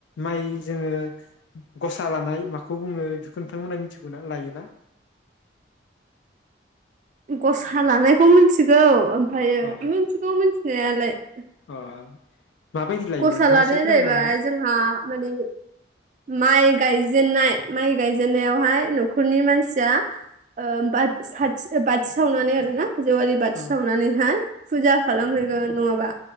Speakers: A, on the left (about 85°); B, on the right (about 40°).
A: माइ जोङो गसा लानाय माखौ बुङो बेखौ नोंथांमोना मिथिगौ ना लायोना?
B: गसा लानायखौ मोनथिगौ खायो
A: अ
B: मोनथिगौ मोनथि <unintelligible>
A: अ माबायदि लायो
B: गसा
A: नोंथाङा
B: लानाया
A: एसे फोरमायनो
B: जाहैबाय
A: हागोन
B: जोंहा माने माइ गायजेननाय माइ गायजेननायावहाय न'खरनि मानसिया बाथि साथि सावनानै आरोना जेवारि
A: ना
B: बाथि सावनानैहाय
A: औ
B: फुजा खालामहैयो नङाबा